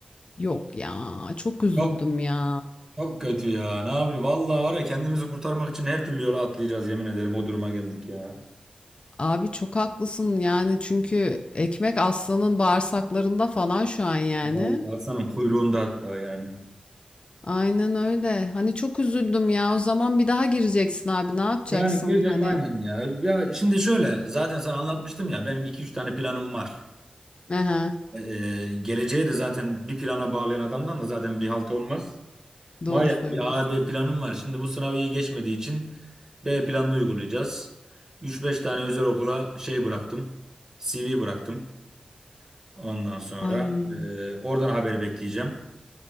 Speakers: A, on the left; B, on the right.
A: Yok ya, çok üzüldüm
B: Çok
A: ya.
B: çok kötü ya. Ne yapacağız? Vallahi var ya kendimizi kurtarmak için her türlü yola atlayacağız yemin ederim. O duruma geldik ya.
A: Abi çok haklısın yani çünkü ekmek aslanın bağırsaklarında falan şu an yani.
B: Vallahi Hasan'ın kuyruğunda hatta yani.
A: Aynen öyle. Hani çok üzüldüm ya. O zaman bir daha gireceksin abi. Ne yapacaksın?
B: Yani gireceğim
A: Hani
B: aynen ya. Ya şimdi şöyle zaten sana anlatmıştım ya benim iki üç tane planım var.
A: Hı
B: Ee, geleceğe de zaten bir plana bağlayan adamdan da zaten bir halt olmaz.
A: Doğru
B: Vay ya,
A: söylüyorsun.
B: bir A, B planım var. Şimdi bu sınavı iyi geçmediği için B planını uygulayacağız. Üç beş tane özel okula şey bıraktım. CV bıraktım. Ondan sonra
A: Ay,
B: e, oradan haber bekleyeceğim.